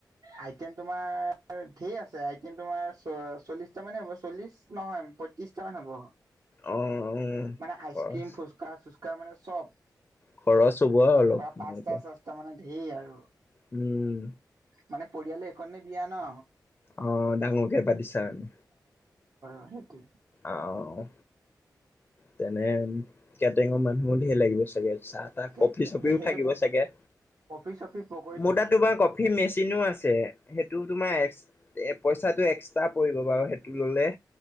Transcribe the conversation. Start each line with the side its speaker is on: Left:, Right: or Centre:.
Right: আইটেম তোমাৰ ধেই আছে, আইটেম তোমাৰ চ চল্লিশটা মানে হ'ব চল্লিশ নহয় পঁয়ত্ৰিশটা মান হ'ব
Left: অ অ',
Right: মানে, আইচক্ৰীম
Left: খৰচ
Right: ফুচকা চুচকা মানে চব
Left: খৰচ হ'ব অলপ
Right: প্ৰায়
Left: তোমালোকৰ
Right: পাঁচটা ছচটা মানে ধেৰ আৰু
Left: উম
Right: মানে পৰিয়ালে এখনে বিয়া ন
Left: অহ ডাঙৰ কে পাতিছা মানে
Right: হয় সেইটো
Left: অ অ তেনে কেটেঙৰ মানুহো ধেৰ লাগিব চাগে চাহ তাহ
Right: সেইটোৱে
Left: কফি চপিও
Right: সেইটো
Left: থাকিব চাগে
Right: কফি চফি পক
Left: মোৰ তাত তোমাৰ কফি মেচিনো আছে সেইটো তোমাৰ পইচাটো এক্স টা পৰিব বাৰু সেইটো ল'লে